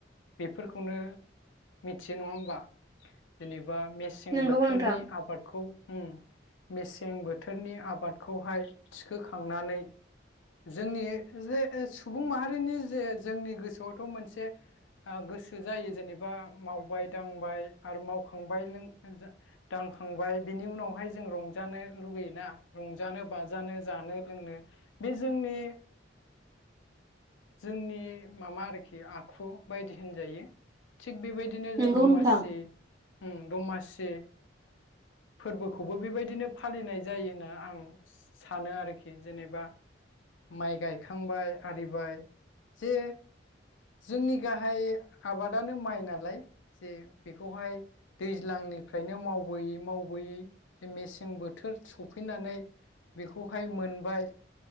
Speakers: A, on the left; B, on the right.
A: बेफोरखौनो मिथियो नङा होमबा जेने बा मेसें
B: नोंगौ
A: बोथोरनि
B: नोंथां
A: आबादखौ उम मेसें बोथोरनि आबादखौहाय थिखोखांनानै जोंनि जे सुबुं माहारिनि जे जोंनि गोसोआवथ' मोनसे ओ गोसो जायो जेनेबा मावबाय दांबाय आरो मावखांबाय दांखांबाय बिनि उनावहाय जों रंजानो लुगैयोना रंजानो बाजानो जानो लोंनो बे जोंनि जोंनि माबा आरोखि आखु बायदि होनजायो। थिग बेबायदिनो
B: नोंगौ
A: जों दमासि
B: नोंथां
A: ओम दमासि फोरबोखौबो बेबायदिनो फालिनाय जायोनो आं सानो आरोखि जेनेबा माइ गाय खांबाय आरिबाय जे जोंनि गाहाय आबादानो माइ नालाय जे बेखौहाय दैज्लांनिफ्रायनो मावबोयै मावबोयै मेसें बोथोर सफैनानै बेखौहाय मोनबाय